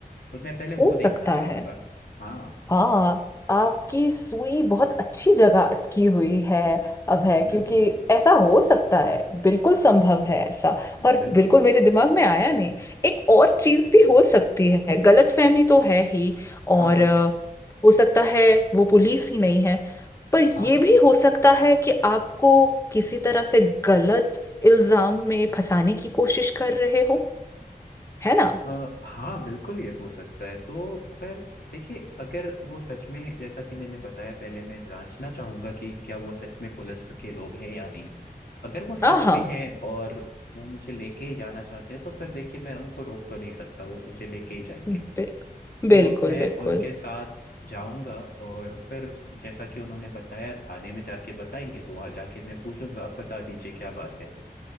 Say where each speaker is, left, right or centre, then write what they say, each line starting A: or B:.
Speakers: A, on the left (about 75°); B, on the left (about 15°).
A: तो मैं पहले वो
B: हो
A: देखना
B: सकता
A: चाहूंगा
B: है
A: हाँ
B: हाँ आपकी सुई बहुत अच्छी जगह अटकी हुई है अब है क्योंकि
A: बिल्कुल
B: ऐसा हो सकता है बिल्कुल संभव है ऐसा और
A: बिल्कुल
B: बिल्कुल मेरे दिमाग में आया नहीं एक और चीज भी हो सकती है गलतफहमी तो है ही और
A: हाँ हाँ
B: अ, हो सकता है वो पुलिस ही नहीं है पर
A: हाँ
B: ये
A: हाँ
B: भी हो सकता है कि आपको किसी तरह से गलत इल्जाम में फंसाने की कोशिश कर रहे हो है ना
A: अ, हाँ बिल्कुल ये हो सकता है तो फिर देखिए अगर वो सच में जैसा कि मैंने बताया पहले मैं जांचना चाहूंगा कि क्या वो सच में पुलिस के लोग हैं या नहीं अगर वो
B: हाँ
A: सच
B: हाँ,
A: में हैं और वो मुझे लेके ही जाना चाहते हैं तो फिर देखिए मैं उनको रोक तो नहीं सकता वो मुझे लेके ही जाएंगे
B: बिल,
A: तो
B: बिल्कुल
A: मैं
B: बिल्कुल
A: उनके साथ जाऊंगा और फिर जैसा कि उन्होंने बताया थाने में जाके बताएंगे तो वहां जाके मैं पूछूंगा आप बता दीजिए क्या बात है